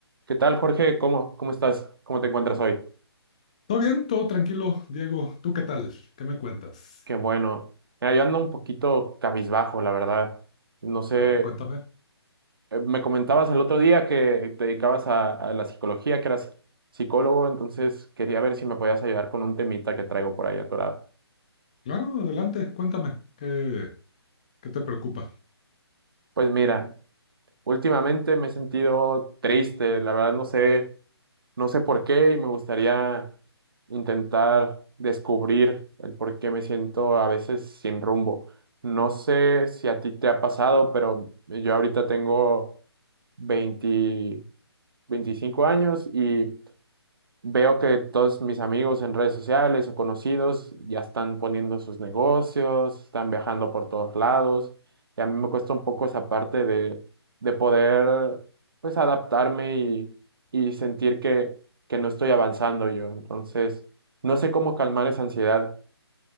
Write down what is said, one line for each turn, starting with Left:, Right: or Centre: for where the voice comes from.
Right: ¿Qué tal, Jorge? ¿Cómo, cómo estás? ¿Cómo te encuentras hoy?
Left: Todo bien, todo tranquilo, Diego. ¿Tú qué tal? ¿Qué me cuentas?
Right: Qué bueno. Mira, yo ando un poquito cabizbajo, la verdad. No sé,
Left: A ver, cuéntame.
Right: eh, me comentabas el otro día que te dedicabas a, a la psicología, que eras psicólogo, entonces quería ver si me podías ayudar con un temita que traigo por ahí atorado.
Left: Claro, adelante, cuéntame. ¿Qué, qué te preocupa?
Right: Pues mira, últimamente me he sentido triste, la verdad no sé. No sé por qué y me gustaría intentar descubrir el por qué me siento a veces sin rumbo. No sé si a ti te ha pasado, pero yo ahorita tengo 20 25 años y Veo que todos mis amigos en redes sociales o conocidos ya están poniendo sus negocios, están viajando por todos lados, y a mí me cuesta un poco esa parte de, de poder pues adaptarme y, y sentir que, que no estoy avanzando yo. Entonces, no sé cómo calmar esa ansiedad.